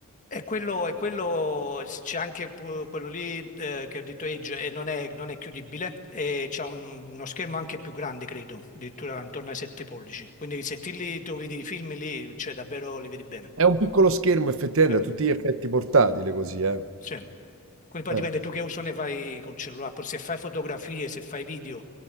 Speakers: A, on the left; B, on the right.
A: E quello, e quello s- c'è anche pu- quello lì eh, che ho detto Edge e non è, non è chiudibile e c'è un- uno schermo anche più grande, credo, addirittura intorno ai 7 pollici. Quindi se ti li tu vedi i film lì, cioè davvero li vedi bene.
B: È un piccolo schermo, effettivamente,
A: Sì,
B: a tutti gli effetti portatile così, eh.
A: sì. Quindi poi
B: Eh,
A: dipende tu che uso ne fai col cellulare, poi se fai fotografie, se fai video,